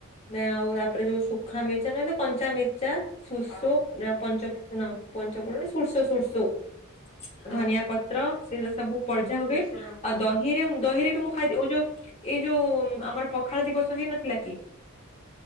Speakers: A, on the left; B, on the left.
A: ଦେ ଆଉ ତାପରେ ଯୋଉ ଶୁଖା ମି ଚେନା ଦୁ ପଞ୍ଚା ମିର୍ଚା ସୁର୍ସ
B: ହଁ
A: ଆ ପଞ୍ଚ ଫୁଟଣ ପଞ୍ଚ ଫୁଟଣ ସୁର୍ସ ସୁର୍ସ।
B: ହଁ
A: ଧନିଆ ପତ୍ର ସେ ୟୋଉ ସବୁ ପଡ଼ଜା
B: ହେଲେ
A: ହୁଏ
B: ଶୁଣ
A: ଆ ଦହିରେ ମୁଁ ଦହିରେ ବି ମୁଁ ଖାଇ ଦିଏ ଓ ଯୋଉ ଏ ଯୋଉ ଆମର ପଖାଳ ଦିବସ ହେଇନଥିଲା କି?